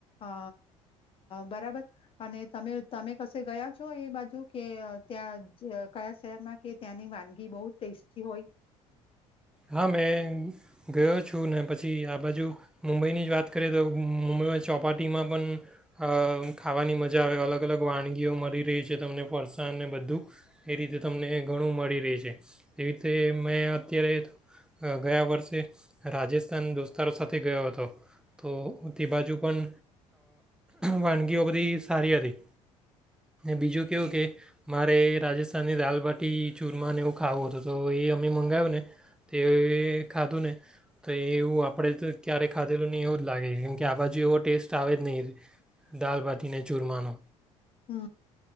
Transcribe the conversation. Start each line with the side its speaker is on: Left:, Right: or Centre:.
Left: અ બરાબર અને તમે તમે કશે ગયા છો એ બાજુ કે ત્યાં કયા શહેરમાં કે ત્યાંની વાનગી બહ ટેસ્ટી હોય
Centre: હા મેં ગયો છું ને પછી આ બાજુ મુંબઈની જ વાત કરીએ તો મુંબઈમાં ચોપાટીમાં પણ ખાવાની મજા આવે અલગ અલગ વાણી વાનગીઓ મળી રહી છે તમને ફરસાણ અને બધું એ રીતે તમને ઘણું મળી રહે છે એ રીતે મેં અત્યારે ગયા વર્ષે રાજસ્થાન દોસ્તારો સાથે ગયો હતો તો તે બાજુ પણ વાનગીઓ બધી સારી હતી બીજું કેવું કે મારે રાજસ્થાનની દાલબાટી ચૂરમાને એવું ખાવું હતોું તો એ અમે મંગાવ્યું ને તે ખાધું ને તો એવું આપણે તો ક્યારેય ખાધેલું નહીં એવું જ લાગે કેમ કે આ બાજુ એવો ટેસ્ટ આવે જ નહીં દાલબાટીને ચૂરમાનો
Left: હુ